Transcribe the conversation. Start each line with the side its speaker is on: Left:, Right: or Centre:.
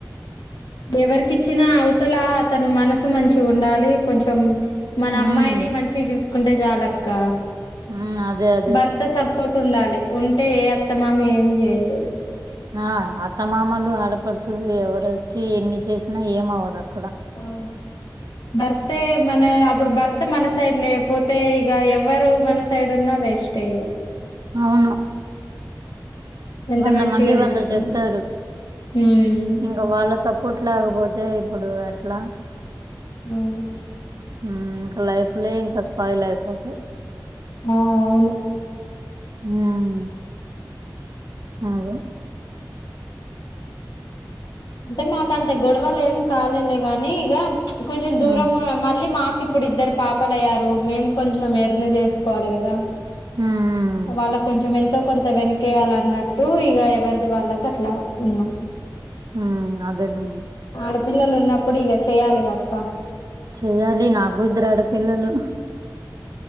Left: ఎవరికిచ్చినా అవతల అతను మనసు మంచిగా ఉండాలి కొంచెం మన
Right: హ్మ్.
Left: అమ్మాయిని మంచిగా చూసుకుంటే చాలక్క
Right: హ్మ్. అదే. అదే.
Left: భర్త స పోటు ఉండాలి ఉంటే ఏ అత్తమామ ఏం చేయలేరు
Right: ఆ అత్తమామలు ఆడపడుచులు ఎవరొచ్చి ఎన్ని చేసినా ఏమ అవ్వదుక్క
Left: ఉం భర్తే మన అప్పుడు భర్త మన సైడ్ లేకపోతే ఇగ ఎవ్వరు మన సైడ్ ఉన్నా వేస్ట్ ఇగ
Right: అవును
Left: ఎంత
Right: వంద
Left: మంచిగా
Right: మంది వంద
Left: చూసుకున్నా
Right: చెప్తారు ఇ
Left: ఉమ్
Right: ఇంకా వాళ్ళ సపోర్ట్ లేకపోతే ఇప్పుడు ఎట్లా
Left: అవును
Right: ఉం ఇంకా లైఫ్ లో ఇంకా స్పాయిల్ అయిపోతాయి
Left: ఆ అవును
Right: ఉం అదే
Left: అంటే మాకు అంత గొడవలు ఏం కాలేలే గానీ ఇగ చ్ కొంచెం దూరం
Right: ఉమ్
Left: మళ్ళీ మాకు ఇప్పుడు ఇద్దరు పాపలయ్యారు మేం కొంచెం ఎర్న్ చేసుకోవాలి కదా
Right: ఉమ్
Left: వాళ్ళ కొంచం ఎంతో కొంత వెనకేయాల అన్నట్టు ఇగ ఎవరిది వాళ్ళకి అట్లా ఉన్నాము
Right: ఉం అదెలా
Left: ఆడ పిల్లలు ఉన్నప్పుడు ఇగా చెయాలిగా అక్క
Right: చెయ్యాలి నాకు కూడా ఇద్దరు ఆడ పిల్లలు